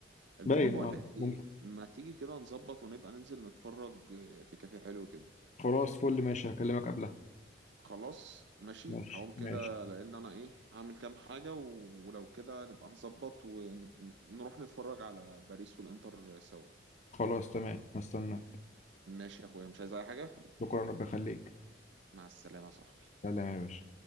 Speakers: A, on the right; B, on the left.
A: المهم
B: باين
A: بقول
B: اه
A: لك إيه
B: ممكن
A: ما تيجي كده نظبط ونبقى ننزل نتفرج آه، في كافيه حلو كده
B: خلاص فل ماشي هكلمك قبلها
A: خلاص ماشي
B: ماشي
A: هقوم كده
B: ماشي
A: لان انا ايه هعمل كام حاجة و- ولو كده نبقى نظبط ونروح نتفرج على باريس والانتر سوا
B: خلاص تمام هستنى
A: ماشي يا اخويا مش عايز اي حاجة
B: شكرا ربي يخليك
A: مع السلامة يا صاحبي
B: سلام يا باشا